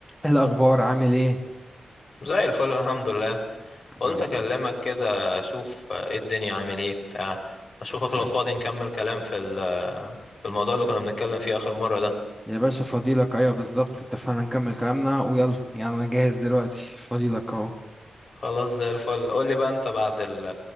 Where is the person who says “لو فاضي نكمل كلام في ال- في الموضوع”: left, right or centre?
Left